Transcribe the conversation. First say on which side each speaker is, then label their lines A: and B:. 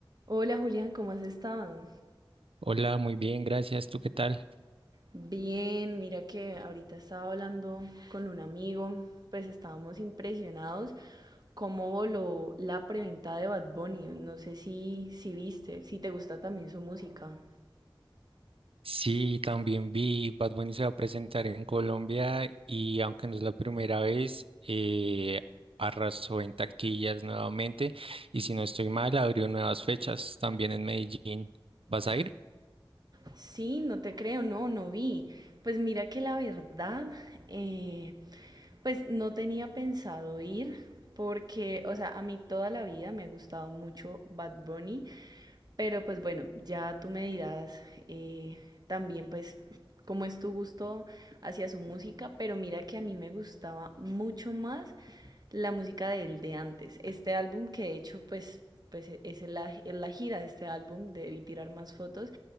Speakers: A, on the right; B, on the right.
A: Hola Julián, ¿cómo has estado?
B: Hola, muy bien, gracias. ¿Tú qué tal?
A: Bien, mira que ahorita estaba hablando con un amigo, pues estábamos impresionados cómo voló la preventa de Bad Bunny. No sé si, si viste, si te gusta también su música.
B: Sí, también vi Bad Bunny se va a presentar en Colombia y aunque no es la primera vez, eh, arrasó en taquillas nuevamente y si no estoy mal, abrió nuevas fechas también en Medellín. ¿Vas a ir?
A: Sí, no te creo, no, no vi. Pues mira que la verdad, eh, pues no tenía pensado ir porque, o sea, a mí toda la vida me ha gustado mucho Bad Bunny, pero pues bueno, ya tú me dirás eh, también pues cómo es tu gusto hacia su música, pero mira que a mí me gustaba mucho más la música del de antes. Este álbum que de hecho pues, pues e-, es la, en la gira de este álbum, debí tirar más fotos.